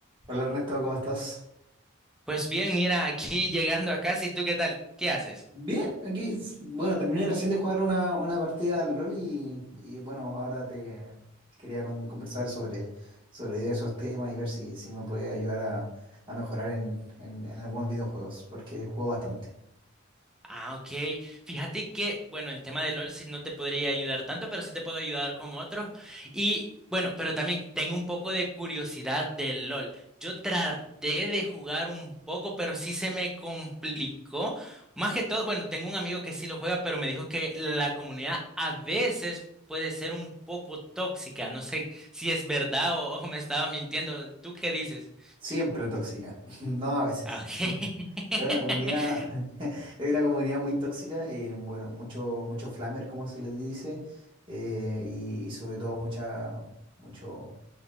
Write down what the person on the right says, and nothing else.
Hola Ernesto, ¿cómo estás?
Bien, aquí, s- bueno, terminé recién de jugar una, una partida al LOL y, y, bueno, ahora te quería con- conversar sobre, sobre esos temas y ver si, si me puede ayudar a, a mejorar en, en, en algunos videojuegos, porque juego bastante.
Siempre tóxica, <laughs> no a veces,
siempre.
Es una comunidad, <laughs> es una comunidad muy tóxica, eh, bueno, mucho, mucho flamer, como se les dice, eh, y, y sobre todo mucha, mucho